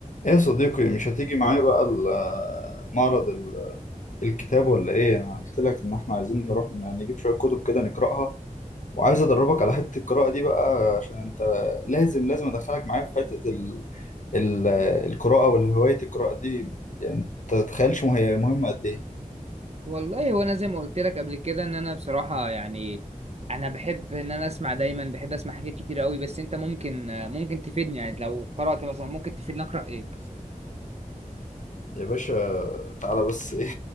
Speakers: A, on the left (about 60°); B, on the right (about 50°).
A: ايه يا صديقي مش هتيجي معايا بقى ال- معرض ال- الكتاب ولا ايه انا قلت لك ان احنا عايزين نروح ن- نجيب شوية كتب كده نقراها وعايز ادربك على حتة القراءة دي بقى عشان انت لازم لازم ادخلك معايا في حتة ال... ال... القراءة والهواية القراءة دي يعني انت تتخيلش هي مهمة قد ايه
B: والله هو انا زي ما قلت لك قبل كده ان انا بصراحه يعني انا بحب ان انا اسمع دايما بحب اسمع حاجات كتير قوي بس انت ممكن ممكن تفيدني يعني لو قرات مثلا ممكن تفيدني اقرا ايه
A: يا باشا تعالى بس ايه